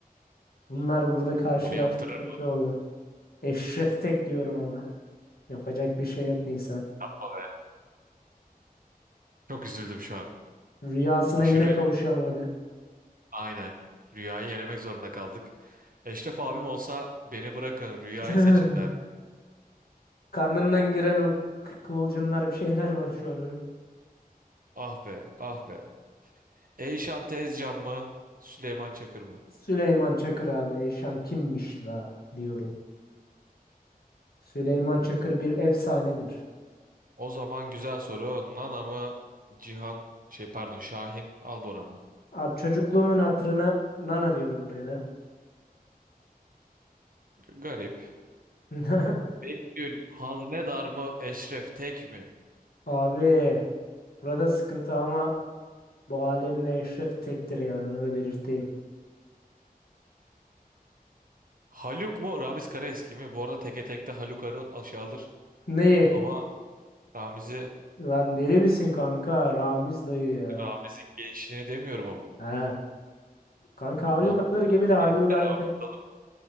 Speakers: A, on the left; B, on the right.
A: Bunlar burada karşılaştı
B: Bunu yaptırırım
A: kötü oldu. Eşref Tek diyorum ama. Yapacak bir şey yok Nisan.
B: baba be. Çok üzüldüm şu an.
A: Rüyasına
B: Aşırı
A: yine
B: üzüldüm.
A: kavuşamadı.
B: Aynen. Rüyayı elemek zorunda kaldık. Eşref abim olsa beni bırakın rüyayı
A: <laughs>
B: seçin derdi.
A: Karnından giren o kı- kıvılcımlar bir şeyler var şu an onun.
B: Ah be, ah be. Eyşan Tezcan mı? Süleyman Çakır mı?
A: Süleyman Çakır abi Eyşan kimmiş la diyorum. Süleyman Çakır bir efsanedir.
B: O zaman güzel soru. Nana mı? Cihan şey pardon Şahin Albora mı?
A: Abi çocukluğumun hatırına nana diyorum buraya da.
B: Garip.
A: <laughs>
B: Betül Haznedar mı? Eşref Tek mi?
A: Abi burada sıkıntı ama bu alemde Eşref tektir yani onu da belirteyim.
B: Haluk mu? Ramiz Karaeski mi? Bu arada teke tekte Haluk arı aşağı alır.
A: Neyi?
B: Ama Ramiz'i
A: Lan deli misin kanka? Ramiz dayı ya.
B: Ramiz'in gençliğini demiyorum ama.
A: He. Kanka Haluk
B: Ramiz'in
A: alır gibi de Haluk'u ben
B: de Ramiz
A: pek
B: alır.